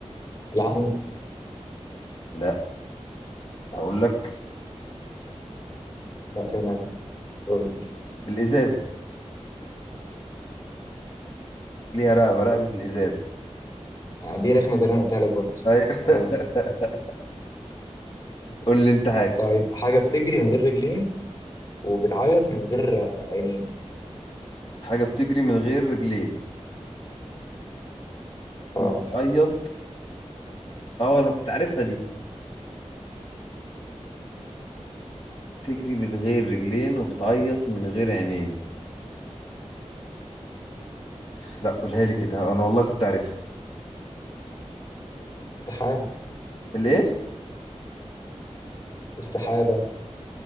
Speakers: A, on the left (about 35°); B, on the left (about 50°).
A: العمود
B: لا اقول لك
A: لا كده نجا قول لي.
B: الازازة ليها رقبة رقبة الازازة
A: دي رخمة زي اللي أنا قلتها لك برضه
B: ايوه <laughs>
A: اه
B: قول لي انت حاجة
A: طيب حاجة بتجري من غير رجلين وبتعيط من غير آه، عينين
B: حاجة بتجري من غير رجلين
A: اه
B: وبتعيط اه انا كنت عارفها دي تجري من غير رجلين وبتعيط من غير عينين لا قولها لي كده انا والله كنت عارفها
A: سحابة
B: الايه
A: السحابة